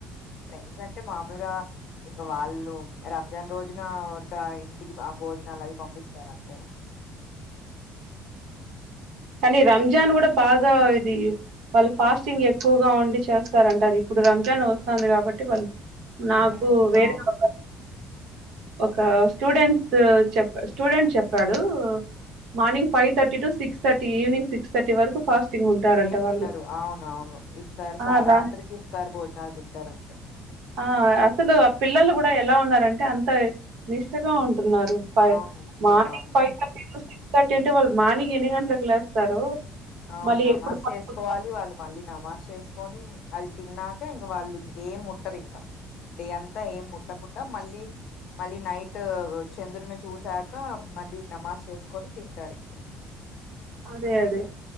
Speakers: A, on the left (about 55°); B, on the right (about 60°).
A: ఫ్రెండ్స్ అంటే మామూలుగా ఇంగా వాళ్ళు రంజాన్ రోజున ఉరక ఇంటికి భోజనాలు అవి పంపిస్తారు అంతే
B: కానీ రంజాన్ కూడా బాగా ఇది వాళ్ళు ఫాస్టింగ్ ఎక్కువగా ఉండి చేస్తారంటారు ఇప్పుడు రంజాన్ వస్తుంది కాబట్టి వాళ్ళు నాకు
A: మ్మ్
B: వేరేవ
A: అవును
B: ఒక స్టూడెంట్ చెప్ప స్టూడెంట్ చెప్పాడు మార్నింగ్ ఫైవ్ర్టీ టు స సిక్స్థర్టీ ఈవినింగ్ సిక్స్థర్టీ వరకు ఫాస్టింగ్ ఉంటారంట
A: ఏం
B: వాళ్ళు
A: తినరు అవును అవును ఇఫ్తారు సా
B: ఆ రా
A: రాత్రికి ఇఫ్తారు భోజనాలు తింటారు అంతే
B: ఆ అసలు ఆ పిల్లలు కూడా ఎలా ఉన్నారంటే అంత నిష్టగా ఉంట న్నారు ఫై
A: అవును తింటారు
B: మార్నింగ్
A: అవును
B: five thirty to six thirty ఏంటంటే వాళ్ళు మార్నింగ్ ఎన్ని గంటలకు లేస్తారు
A: అవును
B: మళ్ళీ
A: నమాజ్
B: ఎప్పుడు పడుకుంటారు
A: చేసుకోవాలి వాళ్ళు మళ్ళీ నమాజ్ చేసుకొని అది తిన్నాక ఇంక వాళ్ళు ఇంకేం ముట్టరు ఇంకా డే అంతా ఏం ముట్టకుండా మళ్ళీ మళ్ళీ నైట్ చంద్రుని చూసాక మళ్ళీ నమాజ్ చేసుకొని తింటారు ఇ
B: అదే అదే